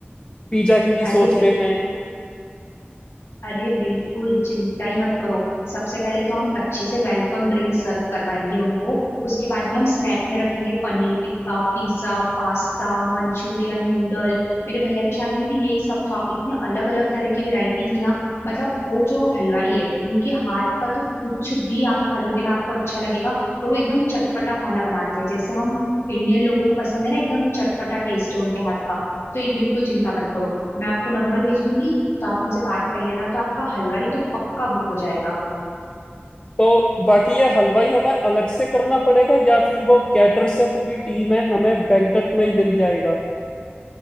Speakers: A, on the left (about 25°); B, on the left (about 80°).
A: पिज्जा की भी सोच
B: अरे
A: रहे हैं
B: अरे बिल्कुल चिंता ही मत करो सबसे पहले तो हम अच्छे से वेलकम ड्रिंक सर्व करवाएंगे उनको उसके बाद में हम स्नैक में रखेंगे paneer tikka pizza pasta Manchurian noodle मेरे भैया की शादी में भी यही सब था इतने अलग अलग तरह की वैरायटी थी ना मतलब वो जो हलवाई है उनके हाथ का तो कुछ भी आप खा लोगे ना आपको अच्छा लगेगा और वो एकदम चटपटा खाना बनाते हैं जैसे हम इंडियन लोगों को पसंद है ना एकदम चटपटा टेस्ट है उनके हाथ का तो ये बिल्कुल चिंता मत करो मैं आपको नंबर भेज दूंगी तो आप उनसे बात कर लेना तो आपका हलवाई तो पक्का बुक हो जाएगा
A: तो बाकी ये हलवाई हमें अलग से करना पड़ेगा या फिर वो कैटर से पूरी टीम है हमें बैंकट में ही मिल जाएगा